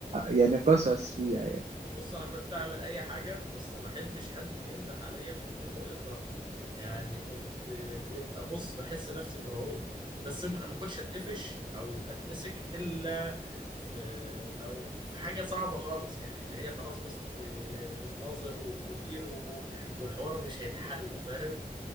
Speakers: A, on the right (about 45°); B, on the right (about 30°).
A: يعني قصص فيها يعني.
B: بص انا كنت اعمل اي حاجه بس ما احبش حد ينده عليا في الطابور اطلاقا يعني كنت بيبقى بص بحس نفسي مرعوب بس ما ما كنتش اتقفش او اتمسك الا في في في حاجه صعبه خالص يعني اللي هي خلاص وصلت ل- للناظر والمدير و- والحوار مش هيتحل فاهم